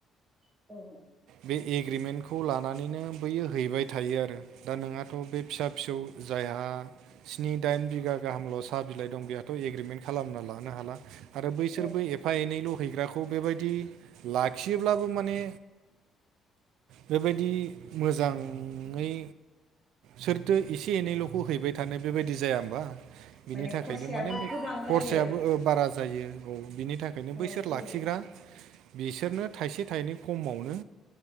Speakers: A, on the right; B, on the right.
A: <unintelligible>
B: बे एग्रिमेन्टखौ लानानैनो बैयो हैबाय थायो आरो। दा नोंहाथ' बे फिसा फिसौ जायहा स्नि दाइन बिगा गाहामल' साह बिलाइ दं बेथ' एग्रिमेन्ट खालामना लानो हाला। आरो बैसोरबो
A: औ
B: एफा एनैल' हैग्राखौ बेबायदि लाखियोब्लाबो माने बेबायदि मोजाङै सोर जों एसे एनैल'खौ हैबाय थानो बेबायदि जाया होमबा? बिनि
A: माने
B: थाखायनो
A: खरसायाबो
B: माने बे
A: गोबां
B: खरसायाबो
A: जायो
B: बारा जायो औ बिनि थाखाय बेखायनो
A: थांलाय
B: बैसोर
A: फैलाय
B: लाखिग्रा बिसोरनो थाइसे थाइनै खमावनो